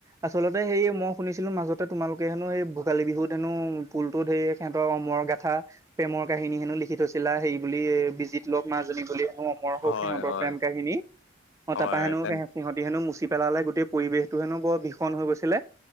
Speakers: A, on the right; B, on the left.
A: আচলতে সেই মই শুনিছিলোঁ মাজত। তোমালোকে হেনো সেই ভোগালী বিহুত হেনো পুলতো হে সেহতৰ অমৰ গাথা প্ৰেমৰ কাহিনী হেনো লিখি থৈছে ছিলা হেৰি বুলি বিজিত লক মাজনী বুলি হেনো অমৰ হৌক
B: হয়
A: সিহঁতৰ
B: হয়
A: প্ৰেম কাহিনী। অ
B: হয়
A: তাপা হেনো
B: তেন
A: সিহঁতি হেনো মুচি পেলালে গোটেই পৰিৱেশটো হেনো বৰ ভীষণ হৈ গৈছিলে।